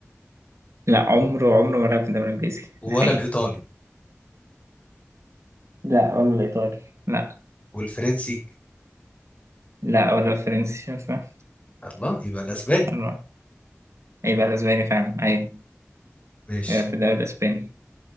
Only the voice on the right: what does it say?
لا عمره عمره ما لعب في الدوري الإنجليزي
الحقيقة
لا ولا الإيطالي لا
لا ولا الفرنسي صح
الله يبقى الأسباني فعلا أيوة
يبقى في الدوري الأسباني